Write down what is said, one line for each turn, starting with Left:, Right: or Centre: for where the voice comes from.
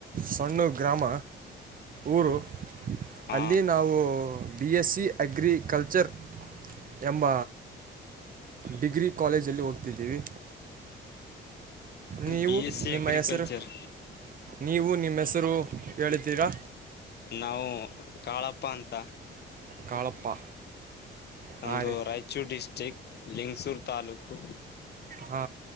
Right: ಸಣ್ಣ ಗ್ರಾಮ. ಊರು
Left: ಹಾ
Right: ಅಲ್ಲಿ ನಾವು. ಬಿ ಎಸ್ ಸಿ ಅಗ್ರಿಕಲ್ಚರ್ ಎಂಬ. ಡಿಗ್ರಿ ಕಾಲೇಜಲ್ಲಿ ಓದ್ತಿದೀವಿ. ನೀವು
Left: ಬಿ ಎಸ್ ಸಿ
Right: ನಿಮ್ಮ
Left: ಅಗ್ರಿಕಲ್ಚರ್
Right: ಹೆಸರು ನೀವು ನಿಮ್ಮ ಹೆಸರು ಹೇಳುತೀರಾ.
Left: ನಾವು ಕಾಳಪ್ಪ ಅಂತ.
Right: ಕಾಳಪ್ಪ
Left: ನಮ್ಮದು
Right: ಹಾಂ ರೀ
Left: ರಾಯಚೂರು ಡಿಸ್ಟ್ರಿಕ್ ಲಿಂಗಸೂರು ತಾಲೂಕು.
Right: ಹಾ